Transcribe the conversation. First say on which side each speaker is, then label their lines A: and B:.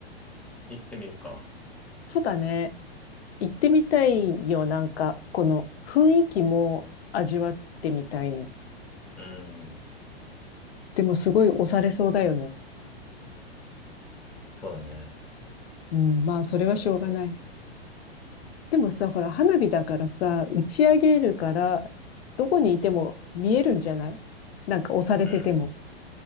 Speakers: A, in the centre; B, on the left (about 70°).
A: 行ってみるか。
B: そうだね。行ってみたいよ、なんか、この雰囲気も味わってみたいの。
A: うん。
B: でもすごい押されそうだよね。
A: そうだね。
B: うん、まあ、それはしょうがない。
A: 押されそ
B: でもさ、ほら、花火だからさ、打ち上げるから、どこにいても見えるんじゃないなんか押されてても。
A: う。うん。